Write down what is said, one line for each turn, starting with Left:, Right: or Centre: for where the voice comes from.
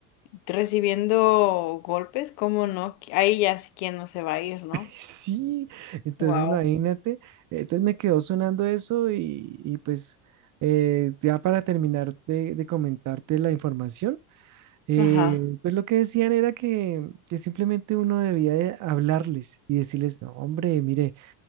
Left: recibiendo golpes, ¿cómo no? Ahí ya sí quien no se va a ir, ¿no?
Right: Sí, entonces
Left: Wow.
Right: imagínate, entonces me quedó sonando eso y, y pues eh, ya para terminar de, de comentarte la información, eh,
Left: Ajá,
Right: pues lo que decían era que, que simplemente uno debía de hablarles y decirles, no, hombre, mire,